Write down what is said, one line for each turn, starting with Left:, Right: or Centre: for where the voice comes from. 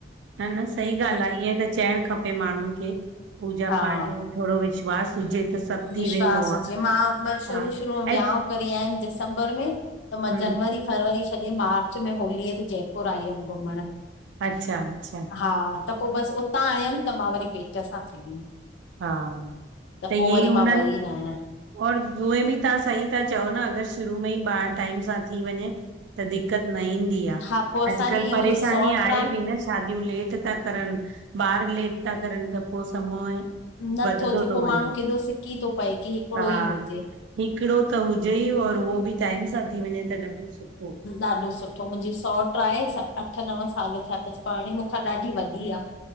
Right: न न सही ॻाल्हि आ, ईअं त चइणु खपे माण्हुनि खे पूजा
Left: हा
Right: पाठ ऐं थोरो विश्वास हुजे त सभु थी
Left: विश्वास
Right: वेंदो
Left: हुजेअ
Right: आहे
Left: मां शुरू
Right: हा
Left: शुरू
Right: ऐं
Left: वियाउं करे आयमि दिसंबर में त मां
Right: हम्म
Left: जनवरी, फरवरी छॾे मार्च में होलीअ ते जयपुर, आई हुयमि घुमणु
Right: अच्छा अच्छा
Left: हा त पोइ बसि उतां आयमि त मां वरी पेट सां थी वियमि।
Right: हा, त
Left: पोइ
Right: ईअं
Left: वरी
Right: ई हुननि
Left: मां वई न आहियां
Right: और उहे बि तहां सही था चओ न अगरि शुरू में ई ॿार टाइम सां थी वञे त दिक़त न ईंदी आ
Left: हा पोइ असांजी
Right: अॼकल्ह,
Left: हीअ
Right: परेशानी
Left: मुंहिंजी सौट
Right: आहे बि न। शादियूं लेट था करनि ॿार लेट था करनि त पोइ समय
Left: नथो
Right: वधंदो
Left: थिए
Right: थो
Left: पोइ
Right: वञे
Left: माण्हू केॾो सिकी थो पए कि हिकिड़ो
Right: त हा
Left: ई हुजे।
Right: हिकिड़ो त हुजे ई, और उहो बि टाइम सां थी वञे त ॾाढो सुठो।
Left: ॾाढो सुठो मुंहिंजी सौट आहे अठ, नव साल थिया अथसि पाणे मुंखा ॾाढी वॾी आ। <inaudible>